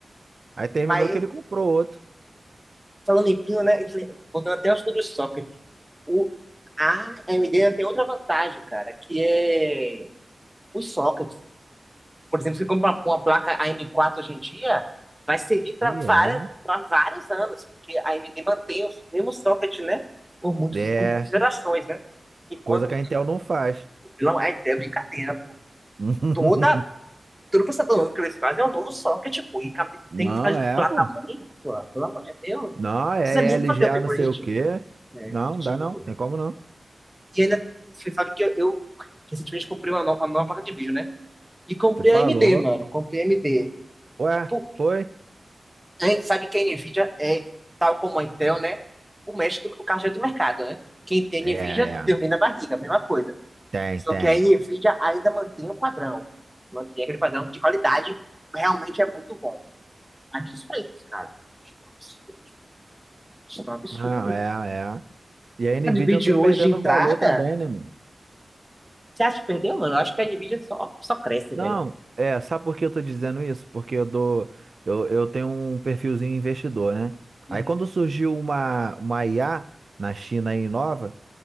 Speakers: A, on the right (about 50°); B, in the centre.
A: Aí terminou
B: Mas,
A: que ele comprou outro.
B: falando em pino, né? Voltando até aos do socket. O, a AMD ainda tem outra vantagem, cara, que é os sockets. Por exemplo, você compra uma, uma placa AM4 hoje em dia, vai servir para
A: E é,
B: várias para vários anos, porque a AMD mantém os mesmos socket, né? Por muitos
A: é,
B: por muitas gerações, né? Enquanto
A: coisa que a Intel não faz.
B: não, é, é brincadeira, pô.
A: <laughs>
B: Toda todo processador novo que eles fazem é um novo socket, pô. E cara,
A: Não,
B: tem que ficar de
A: é,
B: placa
A: pô.
B: mãe, pô. Pelo amor de Deus.
A: Não, é
B: Desanime
A: LGA
B: fazer upgrade.
A: não sei o quê.
B: É,
A: Não,
B: ridículo.
A: não dá não. Tem como não.
B: E ainda, você sabe que eu, eu recentemente comprei uma, no- uma nova placa de vídeo, né? E comprei
A: Tu falou.
B: a AMD, mano. Comprei a AMD.
A: Ué,
B: Por quê?
A: foi?
B: A gente sabe que a NVIDIA é, tal como a Intel, né? O mestre, do- o caixa do mercado, né? Quem tem
A: É,
B: NVIDIA,
A: é.
B: tem na barriga, a mesma coisa.
A: Tem,
B: Só
A: tem.
B: que a NVIDIA ainda mantém o padrão. Mantém aquele padrão de qualidade. Realmente é muito bom. Mas e os preços, cara? Estão absurdos. Estão absurdos.
A: Não, é, é. E a Nvidia
B: A de vídeo
A: andou perdendo
B: hoje de entrada,
A: valor também, né, mano?
B: você acha que perdeu, mano? Eu acho que a NVIDIA só, só cresce,
A: Não,
B: velho.
A: é, sabe por que eu tô dizendo isso? Porque eu dou, eu, eu tenho um perfilzinho investidor, né?
B: Uhum.
A: Aí quando surgiu uma, uma IA na China aí nova,